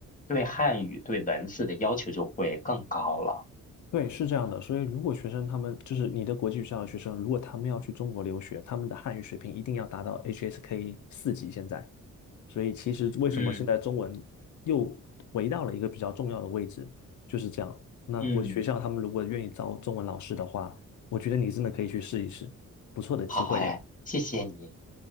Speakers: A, on the left; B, on the left.
A: 对汉语对文字的要求就会更高了。
B: 对，是这样的。所以如果学生他们就是你的国际学校的学生，如果他们要去中国留学，他们的汉语水平一定要达到 HSK 四级现在。所以其实为什么现在中文
A: 嗯
B: 又回到了一个比较重要的位置，就是这样。那国际学校他们如果愿意招中文老师的话，
A: 嗯，
B: 我觉得你真的可以去试一试，不错的机会的。
A: 好哎，谢谢你。